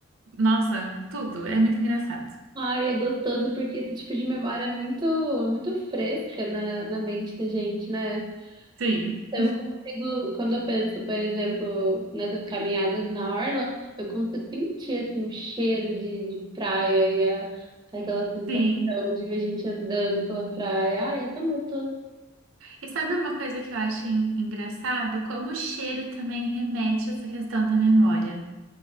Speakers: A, on the right; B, on the right.
A: nossa, tudo. É muito engraçado.
B: Ai, é gostoso porque esse tipo de memória é muito, é muito fresca na, na mente da gente, né?
A: Sim,
B: Eu consigo, quando eu penso, por exemplo, nessas caminhadas na orla, eu consigo sentir assim o cheiro de, de praia e a- aquela sensação
A: sim.
B: de ver a gente andando pela praia. Ai, é tão gostoso.
A: E sabe uma coisa que eu acho en- engraçado? Como o cheiro também remete a essa questão da memória.